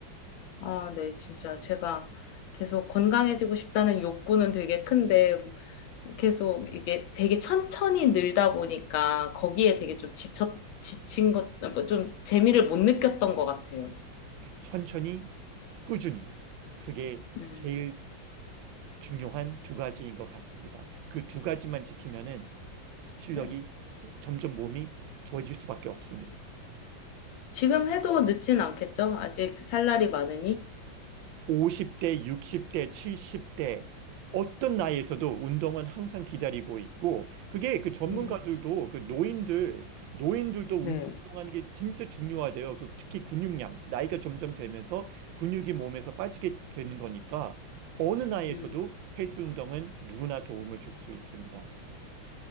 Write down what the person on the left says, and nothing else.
아, 네, 진짜 제가 계속 건강해지고 싶다는 욕구는 되게 큰데 계속 이게 되게 천천히 늘다 보니까 거기에 되게 좀 지쳐, 지친 것, 뭐좀 재미를 못 느꼈던 것 같아요.
음,
네.
지금 해도 늦진 않겠죠? 아직 살 날이 많으니.
음,
네.
음,